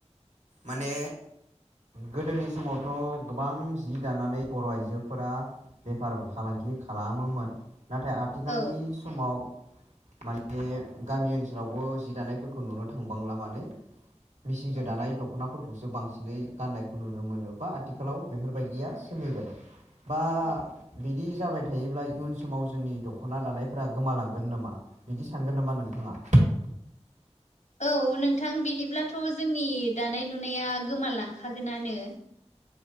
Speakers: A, on the right (about 80°); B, on the left (about 90°).
A: माने
B: औ
A: गोदोनि समावथ' गोबां जि दानानै बर' आइजोफोरा बेफार फालांगि खालामोमोन नाथाय आथ थिखालनि
B: औ
A: समाव माने गामि ओनसोलावबो जि दानायफोरखौ नुनो थां बांला मानो मिसिंजो
B: औ
A: दानाय दख ख'नाफोरखौसो बांसिनै गाननायखौ नुनो मोनो बा आथिखालाव बेफोरबायदिया सोलिबाय। बा
B: औ
A: बिदि जाबाय थायोब्ला इयुन समाव जोंनि दख'ना दानायफ्रा गोमालांगोन नोमा? बिदि सानगोन नामा नोंथाङा?
B: औ नोंथां बिदिब्लाथ' जोंनि दानाय लुनाया गोमालालांखागोनानो।